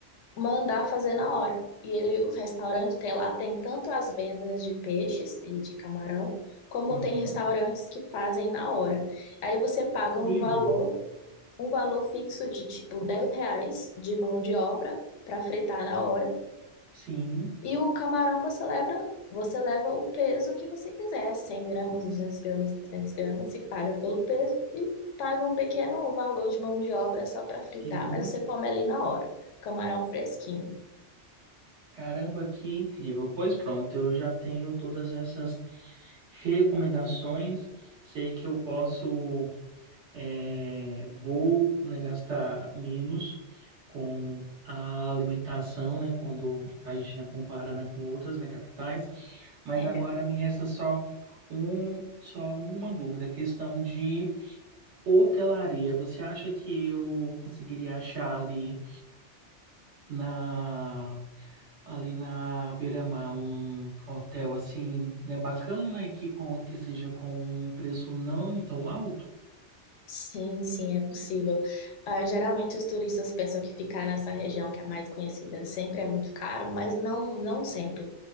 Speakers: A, on the left (about 85°); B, on the right (about 70°).
A: mandar fazer na hora. E ele, o restaurante tem lá, tem tanto as vendas de peixes e de camarão, como
B: Aham.
A: tem restaurantes que fazem na hora. Aí você paga
B: Incrível.
A: um valor, um valor fixo de tipo 10 reais de mão de obra para fritar na hora.
B: Sim,
A: E o camarão você leva, você leva o peso que você quiser, 100 gramas, 200 gramas, 300 gramas, e paga pelo peso e paga um pequeno valor de mão de obra só para fritar,
B: sim.
A: mas você come ali na hora. Camarão fresquinho.
B: Caramba, que incrível. Pois pronto, eu já tenho todas essas recomendações. Sei que eu posso. É, vou, né, gastar menos com a alimentação, né, quando a gente né, compara, né, com outras, né, capitais. Mas
A: É,
B: agora me resta só um, só uma dúvida, a questão de hotelaria. Você acha que eu conseguiria achar ali na ali na beira-mar um hotel assim, né, bacana e que com que seja com um preço não tão alto?
A: Sim, sim, é possível. Ah, geralmente os turistas pensam que ficar nessa região que é mais conhecida sempre é muito caro, mas não, não sempre.